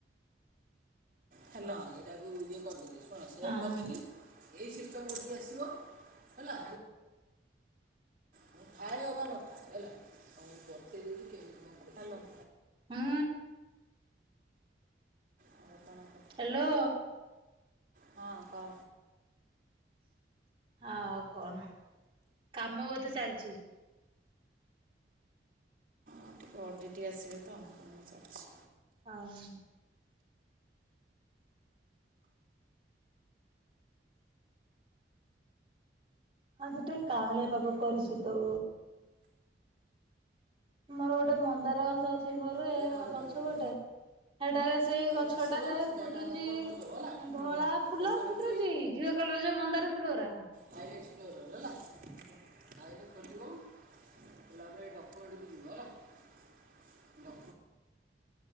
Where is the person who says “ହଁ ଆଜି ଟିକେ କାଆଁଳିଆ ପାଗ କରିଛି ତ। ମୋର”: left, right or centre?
Right